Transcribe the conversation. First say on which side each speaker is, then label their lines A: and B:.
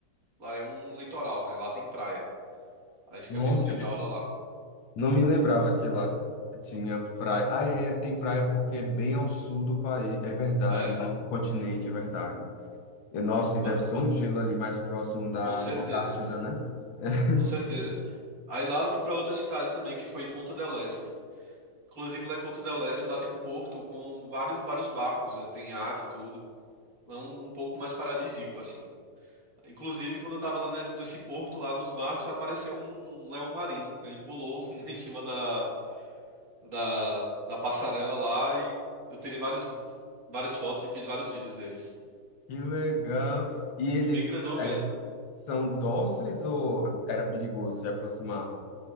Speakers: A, on the right (about 50°); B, on the left (about 85°).
A: lá é um litoral, né? Lá tem praia. Aí fica
B: Nossa,
A: bem bonita a orla lá.
B: não me lembrava que lá tinha praia. Ah, é, tem praia porque é bem ao sul do país, é verdade,
A: É,
B: do continente, é verdade. E, Nossa, e
A: mas
B: deve ser um gelo ali mais próximo da
A: com certeza.
B: Antártida, né? <laughs>
A: Com certeza. Aí lá eu fui para outra cidade também, que foi Ponta del Este. Inclusive lá em Ponta del Este, lá tem um porto com vários, vários barcos, eh, tem iate e tudo. É um, um pouco mais paradisíaco, assim. Inclusive, quando eu tava lá nes- nesse porto, lá nos barcos, apareceu um leão marinho. Ele pulou <laughs> em cima da, da, da passarela lá e eu tirei vários, vi- várias fotos e fiz vários vídeos deles.
B: Que legal. E eles
A: Bem grandão
B: é,
A: mesmo.
B: são dóceis ou era perigoso de aproximar?